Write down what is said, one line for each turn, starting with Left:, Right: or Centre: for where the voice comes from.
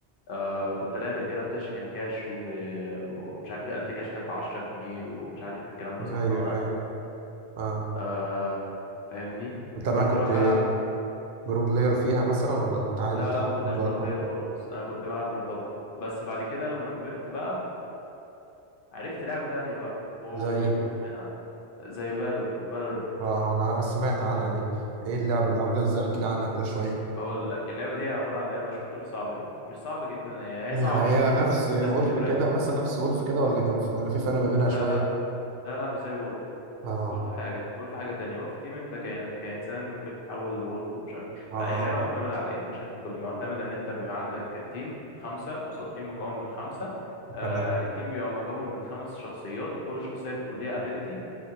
Left: آه كنت الاقي الرجاله بتشحن كاش و... ومش عارف ايه 1000 كاش كانت ب 10 جنيه ومش عارف الكلام ده
Right: ايوه
Left: صح ولا لا
Right: ايوه اه
Left: آه فاهمني
Right: انت بقى
Left: كنت
Right: كنت
Left: اروح العب
Right: برو بلاير فيها مثلا ولا كنت عادي
Left: لا
Right: بتلعب
Left: لا ما كنتش
Right: كده بقى
Left: برو
Right: الحر
Left: بلاير خالص انا كنت بلعب بالحب بس بعد كده لما كبرت بقى عرفت لعبه تانية بقى وبقيت
Right: زي
Left: مدمنها زي فالو فالورانت
Right: اه انا سمعت عنها دي ايه اللعبه دي عامله ازاي احكي لي عنها كده شويه
Left: اقول لك اللعبه دي عباره عن لعبه شوتر صعبه جدا مش صعبه جدا هي هي
Right: يعني
Left: صعبه
Right: هي
Left: بقى
Right: نفس
Left: لازم
Right: وولف
Left: لازم تبراكتس
Right: كده مثلا نفس وولف كده ولا كان في... ولا في فرق ما بينها
Left: لا
Right: شويه
Left: لا لا لا مش زي وولف
Right: اه
Left: وولف حاجة وولف حاجة تانية وولف تيم انت كإن... كإنسان ممكن تتحول لولف ومش عارف إيه.
Right: اه
Left: لا هي لعبة معتمدة على ايه بشكل كلي معتمدة ان انت بيبقى عندك تيم خمسة قصاد تيم مكون من خمسة آه
Right: تمام
Left: التيم بيبقى مكون من خمس شخصيات كل شخصية بيكون ليها ابيليتي